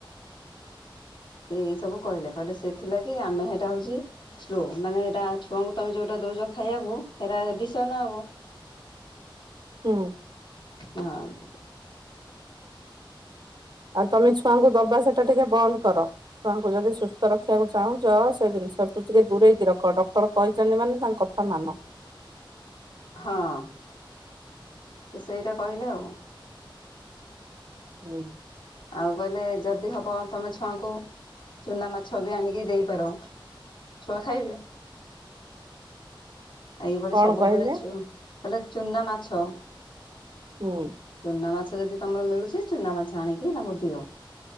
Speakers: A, on the left; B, on the right.
A: ସେ ଏଇ ସବୁ କହିଲେ କହିଲେ ସେଥିଲାଗି ଆମେ ସେଇଟା ହଉଛି ସ୍ଲୋ, ମାନେ ହେଇଟା ଛୁଆଙ୍କୁ ତମେ ଯୋଉଟା ଦଉଛ ଖାଇବାକୁ ହେଇରା ବିଷୟ ନା ଆଉ।
B: ହୁଁ।
A: <inaudible>
B: ଆଉ ତମେ ଛୁଆଙ୍କୁ ଦବା ସେଟା ଟିକେ ବନ୍ଦ କର। ଛୁଆଙ୍କୁ ଯଦି ସୁସ୍ଥ ରଖିବାକୁ ଚାହୁଁଛ ସେ ଜିନିଷଠୁ ଟିକେ ଦୂରେଇକି ରଖ। ଡକ୍ଟର କହିଛନ୍ତି ମାନେ ତାଙ୍କ କଥା କଥା ମାନ।
A: ହଁ, ସେ ସେଇଟା କହିଲେ ଆଉ।
B: ହୁଁ।
A: ଆଉ କହିଲେ, ଯଦି ହବ ତମେ ଛୁଆଙ୍କୁ ଚୁନା ମାଛ ବି ଆଣିକି ଦେଇପାର। ଛୁଆ ଖାଇବେ। ଏଇଭଳି
B: କଣ
A: ସବୁବେଳେ
B: କହିଲେ
A: ଛୁ କହିଲେ ଚୁନା ମାଛ।
B: ହୁଁ।
A: ଚୁନା ମାଛ ଯଦି ତମର ମିଳୁଛି ଚୁନା ମାଛ ଆଣିକି ତାଙ୍କୁ ଦିଅ।